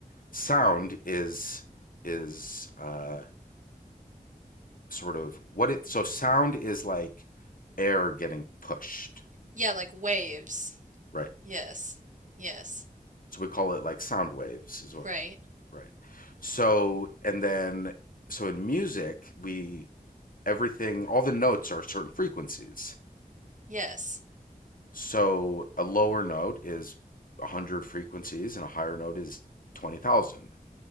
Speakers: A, on the left; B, on the right.
A: sound is, is uh, sort of what it, so sound is like air getting pushed,
B: Yeah, like waves.
A: right?
B: Yes. Yes.
A: So we call it like sound waves, is what
B: Right.
A: Right. So, and then, so in music, we, everything, all the notes are certain frequencies.
B: Yes.
A: So a lower note is 100 frequencies and a higher note is 20,000.